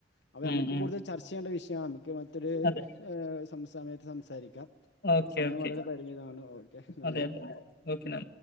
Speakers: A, on the left; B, on the left.
A: അപ്പൊ
B: ഉം
A: നമുക്ക്
B: ഉം
A: കൂടുതൽ ചർച്ച ചെയ്യേണ്ട വിഷയമാണ് നമുക്ക് മറ്റൊരു
B: അതെ
A: ഹ് സമയത്ത് സംസാരിക്കാം
B: ഓക്കെ
A: സമയം
B: ഓക്കെ
A: വളരെ പരിമിതമാണ് ഓക്കെ നന്ദി
B: അതെ അതെ ഓക്കെ നന്ദി